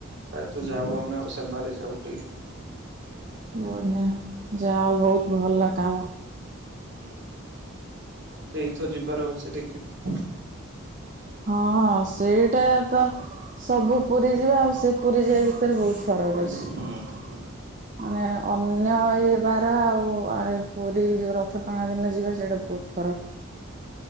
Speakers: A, on the right (about 55°); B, on the right (about 40°).
A: ପ୍ରାୟତଃ ଯାଉ ଆମେ ଆଉ ସେବାରେ ଯାଉ ଟିକେ। ସଂଗଠନ
B: ବଢିଆ
A: ତରଫରୁ ଟିକେ କରୁ।
B: ଯାଆ ବହୁତ ଭଲ କାମ।
A: ହୁଁ ଚାଲିଛି ଏଇଥର ଯିବାର ଅଛି ଦେଖିବା।
B: ହଁ ହଁ ସେଇଟା ତ ସବୁ ପୁରୀ ଯିବା ଆଉ। ସେ ପୁରୀ ଯିବା ଭିତରେ ବହୁତ ଫରକ କାମ ଅଛି।
A: ହୁଁ ହୁଁ ହୁଁ
B: ଅନ୍ୟ ଏ ବାର ଆଉ ପୁରୀ ଯୋ ରଥ ରଥ ଟଣା ଦିନ ଯିବେ ସେଇଟା ବହୁତ ଫରକ୍।